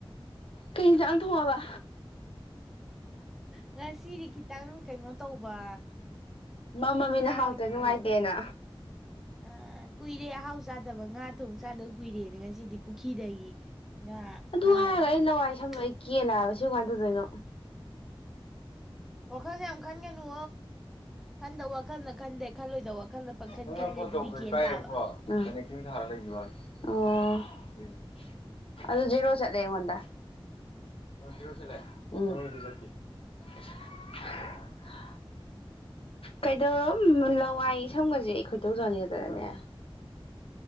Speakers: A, on the left (about 75°); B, in the centre.
A: ꯀꯩ ꯌꯦꯟꯁꯥꯡ ꯊꯣꯡꯉꯕ
B: ꯉꯁꯤꯗꯤ ꯈꯤꯇꯪ ꯀꯩꯅꯣ ꯇꯧꯕ
A: ꯃ ꯃꯃꯤꯅ
B: ꯉꯥ
A: ꯍꯥꯎꯗꯣꯏ
B: ꯑꯣꯏꯅ
A: ꯅꯨꯡꯉꯥꯏꯇꯦꯅ
B: ꯊꯣꯡ ꯑ ꯀꯨꯏꯔꯦ ꯑꯍꯥꯎ ꯆꯥꯗꯕ ꯉꯥ ꯊꯣꯡ ꯆꯥꯗꯕ ꯀꯨꯏꯔꯦꯅꯦ ꯉꯁꯤꯗꯤ ꯄꯨꯈ꯭ꯔꯤꯗꯒꯤ ꯉꯥ
A: ꯍꯥꯏꯔꯒ
B: ꯐꯥꯔꯒ
A: ꯑꯩ ꯂꯋꯥꯏ ꯁꯝꯂ
B: ꯊꯣꯡ
A: ꯑꯩ ꯀꯦꯂ ꯍꯥꯏꯕꯁꯦ ꯁꯤ ꯀꯗꯗꯣꯏꯩꯅꯣ
B: ꯑꯣ ꯈꯔ ꯈꯟꯦꯅꯣ ꯈꯟ ꯋꯥ ꯋꯥ ꯋꯥꯈꯜꯅ ꯈꯟꯗꯦ ꯈꯜꯂꯣꯏꯗꯕ ꯋꯥꯈꯜꯅ ꯄꯪꯈꯟ
A: ꯅꯪꯅ
B: ꯈꯜꯂꯦ
A: ꯐꯣꯟ
B: ꯑꯗꯨꯗꯤ
A: ꯇꯧꯕꯗ
B: ꯒ꯭ꯌꯥꯟ
A: ꯄꯥꯏꯌꯦꯕꯀꯣ
B: ꯇꯥꯕ
A: ꯀꯅꯀꯤꯤꯡ ꯊꯥꯔ ꯂꯩꯕ ꯋꯥꯅꯤ ꯑꯗꯨ ꯖꯔꯣ ꯆꯠꯂꯦ ꯑꯩꯉꯣꯟꯗ <unintelligible> ꯀꯩꯗꯧꯔꯣ ꯂꯋꯥꯏ ꯁꯝꯒꯁꯦ ꯈꯣꯏꯗꯧ ꯖꯥꯎꯅꯤꯡꯉꯛꯗꯔꯅꯦ